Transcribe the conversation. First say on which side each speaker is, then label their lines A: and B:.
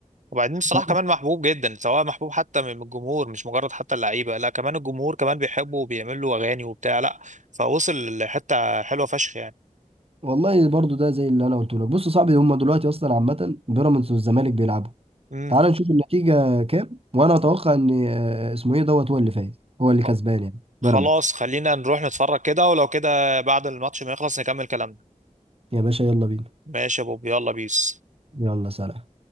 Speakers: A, on the right; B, on the right.
A: وبعدين صلاح
B: فاهم
A: كمان محبوب جدا سواء محبوب حتى من الجمهور مش مجرد حتى اللعيبه لا كمان الجمهور كمان بيحبه وبيعمل له اغاني وبتاع لا فوصل لحته حلوه فشخ يعني
B: والله برضو ده زي اللي انا قلته لك بص يا صاحبي هم دلوقتي اصلا عامه بيراميدز والزمالك بيلعبوا
A: مم.
B: تعال نشوف النتيجه كام وانا اتوقع ان آه، اسمه ايه دوت هو اللي فايز هو اللي
A: خ-
B: كسبان يعني
A: خلاص
B: بيراميدز
A: خلينا نروح نتفرج كده ولو كده بعد الماتش ما يخلص نكمل كلامنا
B: يا باشا يلا بينا
A: ماشي يا بوب يلا بيس
B: يلا سلام